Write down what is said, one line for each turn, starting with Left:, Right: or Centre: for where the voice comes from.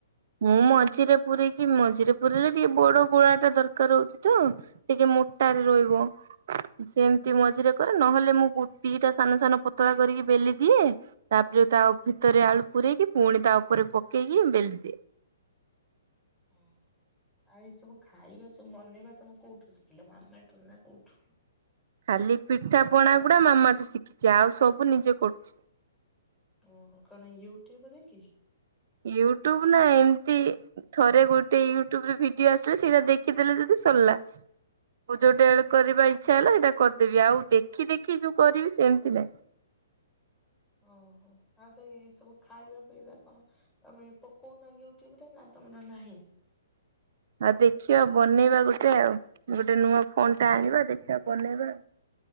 Right: ମୁଁ ମଝିରେ ପୁରେଇକିି ମଝିରେ ପୁରେଇଲେ ଟିକେ ବଡ ଗୋଳା ଟା ଦରକାର ହଉଛି ତ। ଟିକେ ମୋଟାରେ ରହିବ। ସେମିତି ମଝିରେ କରେ ନହେଲେ ମୁଁ ଗୋଟି ଦିଇଟା ସାନ ସାନ ପତଳା କରିକି ବେଲି ଦିଏ। ତାପରେ ତା ଭିତରେ ଆଳୁ ପୂରେଇକି ପୁଣି ତା ଉପରେ ପକେଇକି ବେଲି ଦିଏ।
Centre: ଉଁ ଆଉ ଏଇ ସବୁ ଖାଇବା ସବୁ ବନେଇବା ତମେ କୋଉଠୁ ଶିଖିଲ ମାମାଠୁ ନା କୋଉଠୁ?
Right: ଖାଲି ପିଠା ପଣା ଗୁଡା ମାମା ଠୁ ଶିଖିଛି ଆଉ ସବୁ ନିଜେ କରୁଛି।
Centre: ଓହୋ କଣ ୟୁଟ୍ୟୁବ ଦେଖିକିି?
Right: ୟୁଟ୍ୟୁବ ନାଇଁ ଏମିତି ଥରେ ଗୋଟେ ୟୁ ଟୁବରେ ଭିଡିଓ ଆସିଲା ସେଇଟା ଦେଖିଦେଲେ ଯଦି ସରିଲା। ମୁ ଯୋଉଟା ଏଣୁ କରିବା ଇଚ୍ଛା ହେଲା ହେଇଟା କରିଦେବି ଆଉ ଦେଖି ଦେଖି ଯୋଉ କରିବି ସେମତି ନାଇଁ।
Centre: ଓହୋ ଆଉ ସେଇ ଏସବୁ ଖାଇବା ପିଇବା କଣ? ତମେ ପକଉନ ୟ୍ୟୁଟ୍ୟୁବରେ ନା ତମର ନାହିଁ?
Right: ଆଉ ଦେଖିବା ବନେଇବା ଗୋଟେ ଆଉ, ଗୋଟେ ନୂଆ ଫୋନ୍ ଟା ଆଣିବା ଦେଖିବା ବନେଇବା।